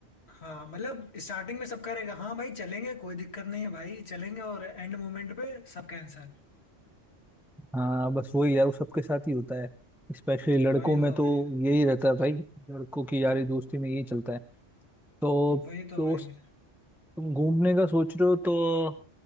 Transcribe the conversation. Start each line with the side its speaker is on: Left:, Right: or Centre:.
Left: हाँ मतलब स्टार्टिंग में सबका रहेगा हाँ भाई चलेंगे कोई दिक्कत नहीं है भाई चलेंगे और एंड मोमेंट पे सब कैंसल
Centre: हाँ बस वही यार वो सबके साथ ही होता है स्पेशली लड़कों
Left: वही
Centre: में
Left: तो
Centre: तो
Left: भाई
Centre: यही रहता है भाई लड़कों की यारी दोस्ती में यही चलता है तो
Left: वही तो
Centre: दोस्त
Left: भाई
Centre: तुम घूमने का सोच रहे हो तो